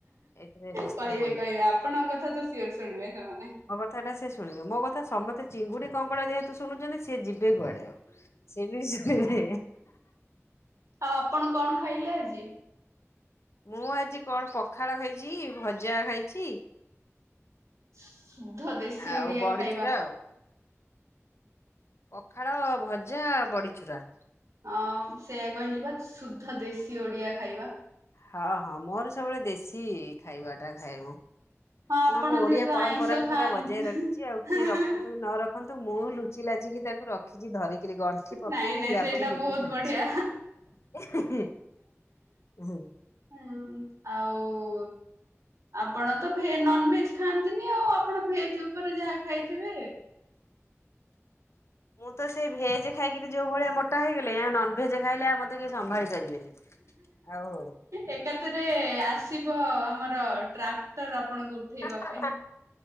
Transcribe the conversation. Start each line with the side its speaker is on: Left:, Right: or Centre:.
Left: ଏଥିରେ ବ୍ୟସ୍ତ
Right: କହିବେ
Left: ହୁଅନି।
Right: କହିବେ ଆପଣଙ୍କ କଥା ତ ସିଓର ଶୁଣିବେ ସେମାନେ।
Left: କଥାଟା ସେ ଶୁଣିବ ମୋ କଥା ସମସ୍ତେ ଚିଙ୍ଗୁଡି କଙ୍କଡ଼ା ଯେହେତୁ ଶୁଣୁଚନ୍ତି। ସିଏ ଯିବେ କୁଆଡେ ଆଉ ସିଏ ବି ଶୁଣିବେ।
Right: ଆଉ ଆପଣ କଣ ଖାଇଲେ ଆଜି?
Left: ମୁଁ ଆଜି କଣ ପଖାଳ ଖାଇଛି ଭଜା ଖାଇଛି।
Right: ଶୁଦ୍ଧ ଦେଶୀ
Left: ଆଉ
Right: ଓଡିଆ
Left: ବଡିଚୁରା
Right: ଖାଇବା।
Left: ଆଉ। ପଖାଳ, ଭଜା, ବଡ଼ିଚୁରା।
Right: ହଁ ସେୟା କହିଲି ପା ଶୁଦ୍ଧ ଦେଶୀ ଓଡିଆ ଖାଇବା।
Left: ହଁ, ହଁ ମୋର ସବୁବେଳେ ଦେଶୀ ଖାଇବା ଟା ଖାଇବୁ।
Right: ହଁ ଆପଣ
Left: ମୁଁ ଆମ ଓଡିଆ
Right: ଯେହେତୁ
Left: ପରମ୍ପରାକୁୁ
Right: ଆଇଁଷ ଖାଆନ୍ତି
Left: ପୁରା ବଜାୟ ରଖିଛି ଆଉ। କିଏ ରଖନ୍ତୁ ନ ରଖନ୍ତୁ ମୁଁ ଲୁଚି ଲାଚିକି ତାକୁ ରଖିଛି ଧରିକିରି ଗଣ୍ ଠି ପକେଇ
Right: ନାଇଁ ନାଇଁ
Left: ଜାବୁଡି
Right: ସେଇଟା
Left: ଜୁବୁଡି
Right: ବହୁତ
Left: ଧରିଛି।
Right: ବଢିଆ
Left: ଉଁ, ହୁଁ।
Right: <unintelligible> ଆଉ ଆପଣ ତ ଭେ- ନନ ଭେଜ ଖାଆନ୍ତିନି ଆଉ ଆପଣ ଭେ ଜ ଉପରେ ଯାହା ଖାଇଥିବେ।
Left: ମୁଁ ତ ସେଇ ଭେଜ ଖାଇକିରି ଯୋଉ ଭଳିଆ ମୋଟା ହେଇଗଲିଣି ଆଉ ନନଭେଜ ଖାଇଲେ ଆଉ ମୋତେ କେହି ସମ୍ଭାଳି ପାରିବେନି। ଆଉ
Right: ଏକାଥରେ ଆସିବ ଆମର ଟ୍ରାକ୍ଟର୍ ଆପଣଙ୍କୁ ଉଠେଇବା
Left: ହଁ ଟ୍ରାକ୍ଟର୍
Right: ପାଇଁ।
Left: <inaudible>